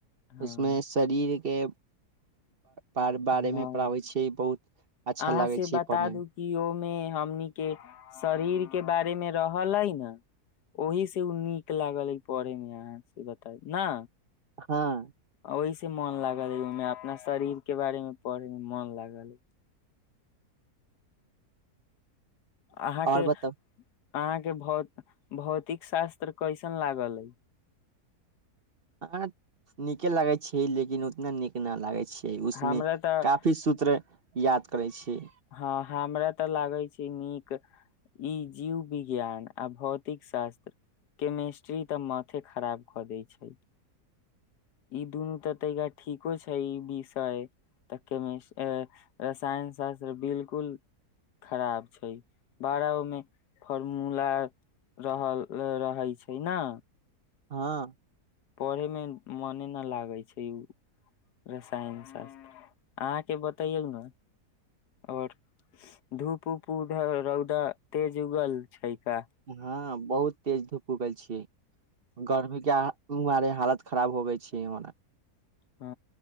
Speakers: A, on the left (about 85°); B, on the right (about 40°).
A: हँ
B: उसमे शरीर के बारेमे
A: हँ
B: पढ़ाबै छियै बहुत अच्छा
A: अहाँ
B: लागै
A: से
B: छै
A: बता
B: पढ़ने मे
A: दू कि ओमे हमन के शरीर के बारे मे रहल अइ ने ओहि से ओ नीक लागल पढ़े मे अहाँ से बताउ ने
B: हँ
A: ओहिसँ मोन लागल है ओहिमे अपना शरीर के बारे मे पढ़ेमे मन लागल अहाँके
B: आओर बताउ
A: अहाँके भौ भौतिक शास्त्र कैसन लागल अइ
B: अहाँ नीके लागे छै लेकिन उतना नीक न लागे छी उसमे
A: हमरा तऽ
B: काफी सूत्र याद करै छी
A: हँ हमरा तऽ लागै छै नीक ई जीव विज्ञान आ भौतिक शास्त्र केमेिस्ट्री तऽ माथे खराब कऽ दै छै ई दुनू तऽ ता ठीको छै ई विषय तऽ के रसायन शास्त्र बिलकुल खराब छै बारह ओमे फॉर्मूला रहल रहैत छै ने
B: हँ
A: पढ़े मे मने न लागे छै उ रसायन शास्त्र अहाँके बतैयौ ने और धूप उप उध रौदा तेज उगल छै का
B: हँ बहुत तेज धूप उगल छी गर्मी केारे हालत खराब होगई छै मने
A: ह